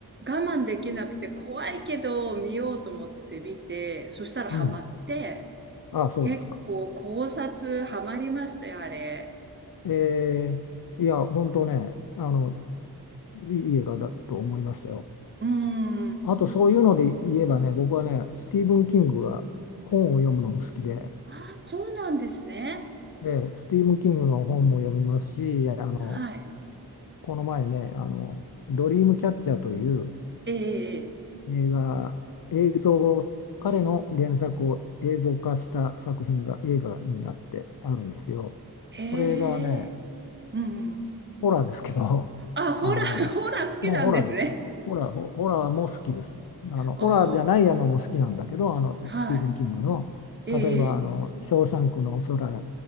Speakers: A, on the right (about 30°); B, on the left (about 65°).
A: 我慢できなくて怖いけど見ようと思って見て、そしたらハマって、
B: うん。あ、そうですか。
A: 結構考察ハマりましたよ、あれ。
B: えー、いや、本当ね、あの、いい映画だと思いましたよ。
A: うーん。
B: あとそういうので言えばね、僕はね、スティーブン・キングが本を読むのも好きで、
A: ああ、そうなんですね。
B: で、スティーブン・キングの本も読みますし、あの、
A: はい。
B: この前ね、あの、ドリームキャッチャーという
A: ええ、
B: 映画、映像を、彼の原作を映像化した作品が映画になってあるんですよ。
A: ええ。へえ。
B: それがね、
A: うんうん。
B: ホラーですけど、
A: あ、
B: <laughs>
A: ホラー、
B: あの、
A: ホラー好きなんですね。
B: もうホラーですよ。ホラー、ホホラーも好きです。あの、ホラーじゃないやのも好きなんだけど、
A: おお
B: あの、
A: はい。
B: スティーブン・キングの、例えば、
A: ええ。
B: あの、ショーシャンクの空